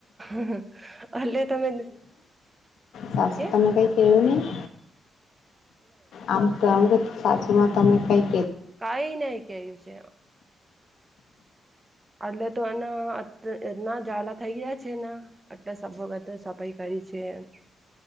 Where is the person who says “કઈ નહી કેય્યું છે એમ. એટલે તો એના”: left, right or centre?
Right